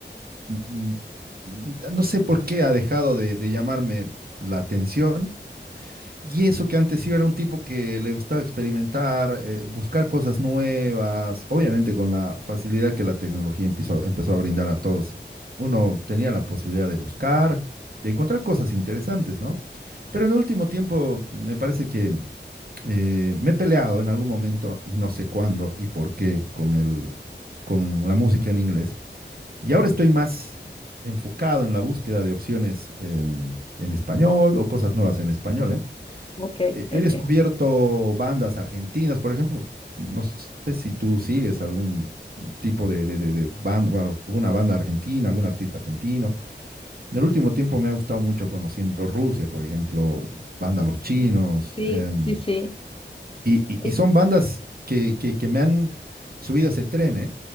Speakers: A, on the right; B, on the left.
A: mm, mm, No sé por qué ha dejado de, de llamarme la atención Y eso que antes sí era un tipo que le gustaba experimentar, eh, buscar cosas nuevas, obviamente con la facilidad que la tecnología empezó, empezó a brindar a todos. Uno tenía la posibilidad de buscar, de encontrar cosas interesantes, ¿no? Pero en el último tiempo me parece que eh, me he peleado en algún momento y no sé cuándo y por qué con el, con la música en inglés. Y ahora estoy más enfocado en la búsqueda de opciones em, en español o cosas nuevas en español, ¿eh?
B: ok,
A: he
B: ok.
A: he descubierto bandas argentinas, por ejemplo, no sé si tú sigues algún tipo de, de, de- de banda, o alguna banda argentina, algún artista argentino. En el último tiempo me ha gustado mucho conociendo Rusia, por ejemplo, banda Los
B: Ujú.
A: Chinos,
B: Sí,
A: em,
B: sí, sí.
A: y, y-
B: Eh,
A: y son bandas que, que- que me han subido a ese tren, ¿eh?